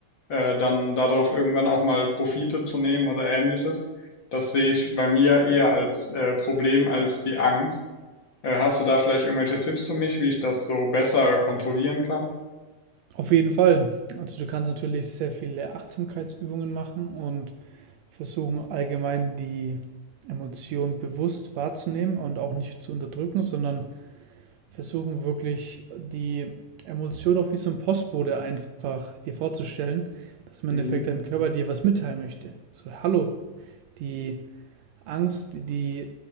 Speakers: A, on the left; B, on the right.
A: äh, dann darauf irgendwann auch mal Profite zu nehmen oder ähnliches. Das sehe ich bei mir eher als äh, Problem als die Angst. Äh, hast du da vielleicht irgendwelche Tipps für mich, wie ich das so besser kontrollieren kann?
B: Auf jeden Fall. Also du kannst natürlich sehr viele Achtsamkeitsübungen machen und versuchen allgemein die Emotionen bewusst wahrzunehmen und auch nicht zu unterdrücken, sondern versuchen wirklich die Emotion auch wie so ein Postbote einfach dir vorzustellen, dass im
A: Mhm.
B: Endeffekt dein Körper dir was mitteilen möchte. So, hallo, die Angst, die